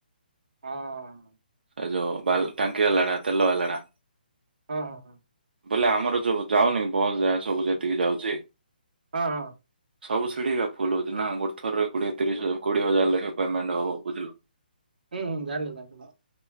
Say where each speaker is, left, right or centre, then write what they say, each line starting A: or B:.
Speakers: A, on the right; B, on the right.
A: ହଁ
B: ଏଯୋଉ ବା ଟାଙ୍କି ବାଲାଡ଼ା ତେଲ ବାଲାଡ଼ା।
A: ହଁ ହଁ ହଁ
B: ବୋଇଲେ ଆମର ଯଉ ଯାଉନି ବସ୍ ଯାଏ ସବୁ ଯେତିକି ଯାଉଛି।
A: ହଁ ହଁ
B: ସବୁ ସିଢିକା ଫୁଲ ହଉଛି ନା ଗୋର୍ ଥରରେ କୋଡିଏ ତିରିଶ କୋଡିଏ ହଜାର ଲେଖେ ପେମେଣ୍ଟ ହବ ବୁଝିଲୁ।
A: ହୁଁ ହୁଁ ଜାଣିଲୁୁ।